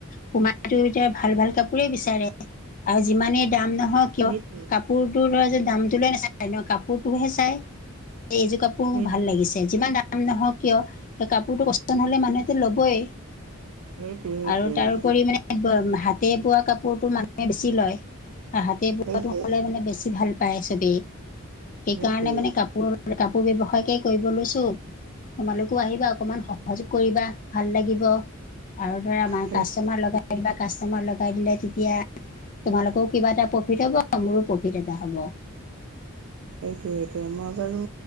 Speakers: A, on the left (about 40°); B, on the right (about 80°).
A: সোমাইতো এতিয়া ভাল -ভাল কাপোৰেই বিচাৰে আৰু যিমানেই দাম নহওঁক কিয়
B: সেইটোৱে
A: কাপোৰ তোৰ ল'ৰাই যে দামটো লই নাচায় ন' কাপোৰটোহে চাই এইযোৰ কাপোৰ
B: সেইটোৱে
A: মোৰ ভাল লাগিছে। তে যিমান দাম নহওঁক কিয় ত ' কাপোৰটো পচন হ'লে মানুহেটো ল'বই।
B: সেইটোৱে
A: আৰু
B: সেইটোৱে
A: তাৰোপৰি মানে হাতে বোৱা কাপোৰটো মান বেছি লয় অ, হাতে বোৱাটো
B: সেইটোৱে
A: হ'লে মানে বেছি ভাল পায় চবেই। সেইকাৰণে
B: সেইটোৱে
A: মানে কাপোৰ -কাপোৰ ব্যৱসায়কেই কৰিব লৈছোঁ। তোমালোকো আহিবা অকমান সহযোগ কৰিবা ভাল লাগিব।। আৰু ধৰা আমাৰ
B: সেইটোৱে
A: কাষ্টমাৰ
B: সেইটোৱে
A: লগাই দিবা কাষ্টমাৰ লগাই দিলে তেতিয়া তোমালোকৰও কৰে কিবা এটা প্ৰফিট হ'ব মোৰো প্ৰফিট এটা হ'ব।
B: এইটোৱে- এইটোৱে মই বাৰু